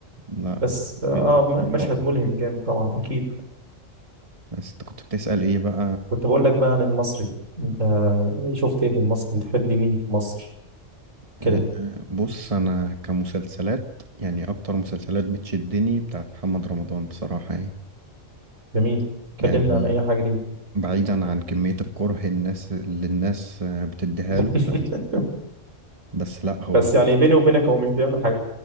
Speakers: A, on the right; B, on the right.
A: لا
B: بس اه
A: فيلم
B: م- مشهد
A: رائع
B: ملهم جامد طبعا اكيد
A: بس انت كنت بتسأل ايه بقى
B: كنت بقول لك بقى عن المصري انت شفت ايه في المصري بتحب مين في مصر كده
A: آه، بص انا كمسلسلات يعني اكتر مسلسلات بتشدني بتاعت محمد رمضان بصراحة يعني
B: جميل كلمنا
A: يعني
B: عن اي حاجه دي
A: بعيدا عن كمية الكره الناس اللي الناس آه، بتديها
B: <laughs>
A: له بس بس لا هو
B: بس يعني بيني وبينك هو مش بيعمل حاجات